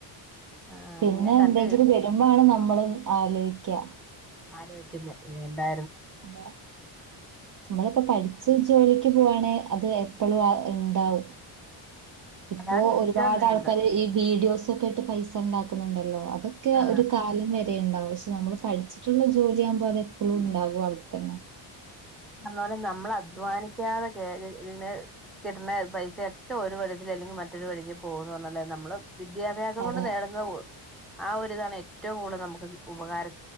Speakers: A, in the centre; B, on the right (about 40°).
A: ആ
B: പിന്നെ
A: ഇങ്ങനെ കണ്ട്
B: എന്തെങ്കിലും വരുമ്പൊ ആണ് നമ്മളും ആലോയ് - ക്യ
A: ആലോയിക്കുന്നേ വേണ്ടാ
B: അത് നമ്മളിപ്പോ പഠിച്ച് ജോലി ത്ത് പോവാണേ അത് എപ്പളും അഹ്‌ണ്ടാവും ഇപ്പൊ
A: അതാണ് ഏറ്റവും
B: ഒരുപാട്
A: നല്ലത്
B: ആൾക്കാര് ഈ വീഡിയോസ് തൊക്കെ ആയിട്ട് പൈസണ്ടാക്കുന്നുണ്ടല്ലോ അ അതൊക്കെ
A: ആ
B: ഒരു കാലം വെ ഉണ്ടാവും പക്ഷെ നമ്മള് പഠിച്ച്ട്ട്ള്ള ജോലിയാവ്മ്പോ അത എപ്പളും ഉണ്ടാകും അവിട്ത്തന്നെ
A: പറഞ്ഞ നമ്മൾ അധ്വാനിക്കാതെ കേ ഇങ്ങനെ കിട്ടണ പൈസയൊക്കെ ഒരു <unintelligible> അല്ലെങ്കിൽ മറ്റൊരു വഴിക്ക് പോന്ന് പറഞ്ഞ പോലെ നമ്മള് വിദ്യാഭ്യാസം
B: അതെ
A: കൊണ്ട് നേടന്ന <unintelligible> ആ ഒരിതാണ് ഏറ്റവും കൂടുതൽ നമുക്ക് ഉപകാര